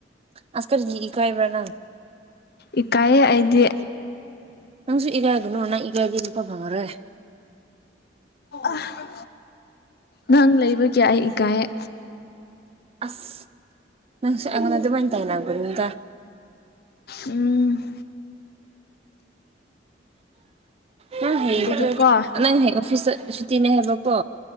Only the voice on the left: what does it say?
ꯏꯀꯥꯏꯌꯦ ꯑꯩꯗꯤ
ꯑꯥ ꯅꯪ ꯂꯩꯕꯒꯤ ꯑꯩ ꯏꯀꯥꯏꯑꯦ
ꯎꯝ
ꯑꯗꯨꯒ ꯀꯣ